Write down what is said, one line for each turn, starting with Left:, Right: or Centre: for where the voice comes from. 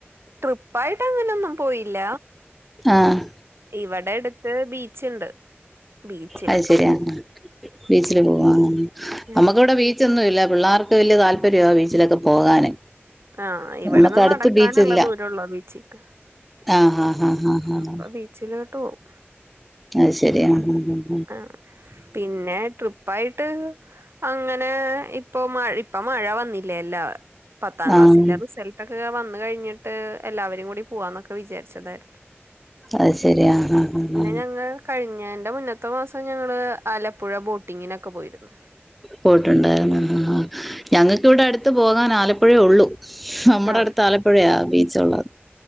Right: ട്രിപ്പായിട്ട് അങ്ങനൊന്നും പോയില്ല.
Centre: ആഹ്
Right: ഇവടെ എടുത്ത് ബീച്ച്ണ്ട് ബീച്ചിലൊക്കെ
Centre: അഹ് ശെരിയാണ്
Right: പോവും
Centre: ബീച്ചില് പോവാണ്
Right: ഉം
Centre: നമ്മുക്ക് വടെ ബീ ച്ചന്നും ഇല്ല പിള്ളാർക്ക് വല്യ താല്പര്യ ബീച്ചിലക്കെ പോകാന്.
Right: ആ ഇവടെന്ന്
Centre: നമ്മുക്ക് അടുത്ത്
Right: നടക്കാന്ള്ള
Centre: ബീച്ച് ഇല്ല
Right: ദൂരള്ളു ബീച്ചിക്ക്.
Centre: ആഹ് ആഹ് ആഹ് ആഹ് ആഹ്
Right: അപ്പ ബീച്ചിലോട്ട് പോവും
Centre: അഹ് ശരിയ ആഹ് ആഹ് ആഹ്
Right: ആ പിന്നെ ട്രി വൈട്ട് അങ്ങനെ ഇപ്പൊ മ ഇപ്പ മഴ വന്നില്ലേല്ലോ. പത്താം ക്ലാസ്സിലെ
Centre: ആഹ് ആഹ്
Right: റിസൾട്ടക്കെക്കെ വന്ന് കഴിഞ്ഞിട്ട് എല്ലാവരും കൂടി പോവാന്നൊക്കെ വിചാരിച്ചതായിരുന്നു.
Centre: അഹ് ശരിയ ആഹ് ആഹ്
Right: പിന്നെ
Centre: ആഹ്
Right: ഞങ്ങൾ കഴിഞ്ഞേന്റെ മുന്നത്തെ മാസം ഞങ്ങള് ആലപ്പുഴ ബോട്ടിങ്ങിനൊക്കെ പോയിരുന്നു.
Centre: പോയിട്ടുണ്ടായിരുന്നു ആ ഞങ്ങക്ക് ഇവടെ അട്ത്ത് പോകാൻ ആലപ്പുഴേ ഉള്ളൂ. നമ്മുടെ
Right: ആഹ്
Centre: അടുത്ത് ആലപ്പുഴയാ ബീച്ച് ഉള്ളത്.